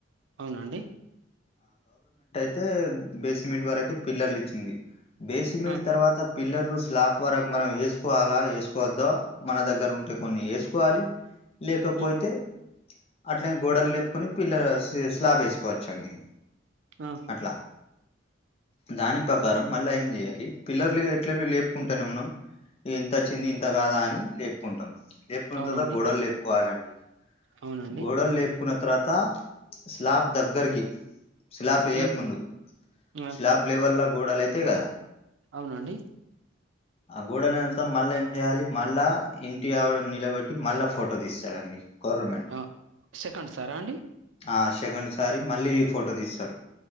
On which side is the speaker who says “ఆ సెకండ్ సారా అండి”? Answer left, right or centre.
Right